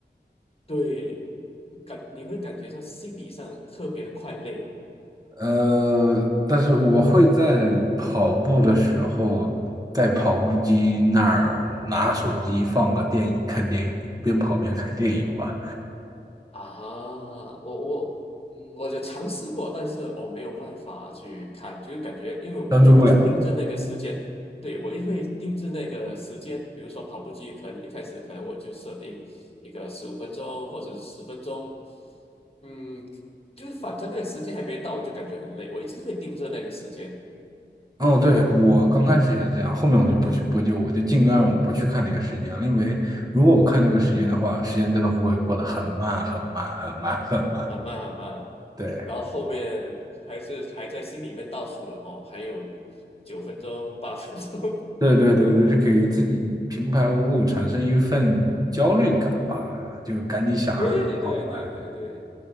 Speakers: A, on the left; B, on the right.
A: 对，感你会感觉到心理上特别的快累。
B: 呃，但是我会在跑步的时候，在跑步机那儿拿手机放个电影，看电影，边跑边看电影吧，
A: 啊，我我嗯，我就尝试过，但是我没有办法去看，就感觉因为我会一直盯着那个时间，
B: 专注不了。
A: 对，我也会盯着那个时间，比如说跑步机，可能一开始可能我就设定一个十五分钟或者是十分钟，嗯，就是反正那个时间还没到，我就感觉很累，我一直会盯着那个时间，
B: 哦，对，我刚开始也是这样，后面我就不去不就我就尽量我不去看那个时间了，因为如果我看那个时间的话，时间真的会过得很慢很慢很慢很慢。
A: 很慢很慢，
B: 对，
A: 然后后面还是还在心里面倒数了，哦，还有九分钟、八分钟，
B: 对对对对，就给自己平白无故产生一份焦虑感吧，就赶紧想让它跑完。
A: <laughs> 对对对对对。